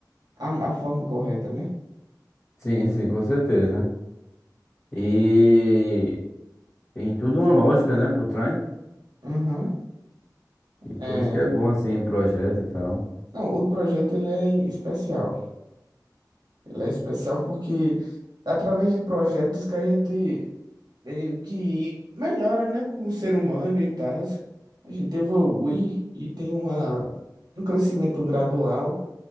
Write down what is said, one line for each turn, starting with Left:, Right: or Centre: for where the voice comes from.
Right: a, a forma correta, né?
Left: Sim, sim, com certeza. E tem tudo uma lógica, né, por trás.
Right: Uhum.
Left: E por
Right: É...
Left: isso que é bom, assim, projeto e tal.
Right: Não, o projeto ele é especial. Ele é especial porque é através de projetos que a gente meio que melhora, né, como ser humano e tal. A gente evolui e tem uma, um crescimento gradual